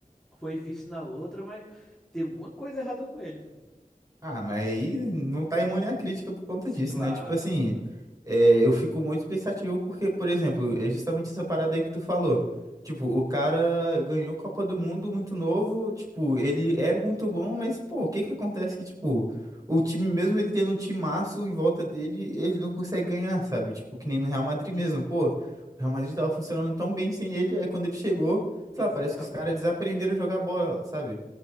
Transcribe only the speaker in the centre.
foi vice na outra, mas tem alguma coisa errada com ele, pô.
Sim,
Claro,
claro.
Exatamente.